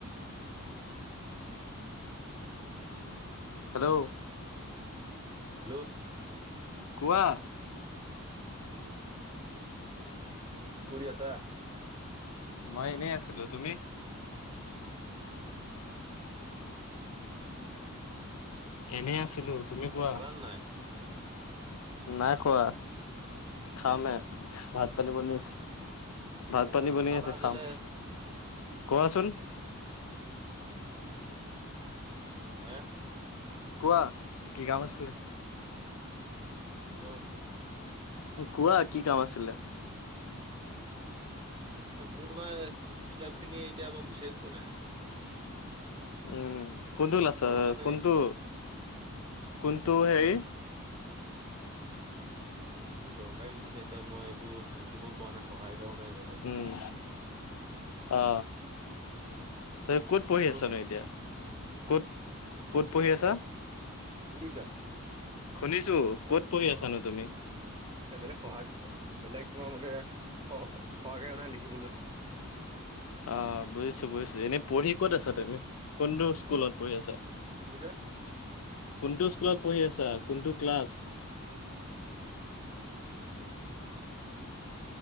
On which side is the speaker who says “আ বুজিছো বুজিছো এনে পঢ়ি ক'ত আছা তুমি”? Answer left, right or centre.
Left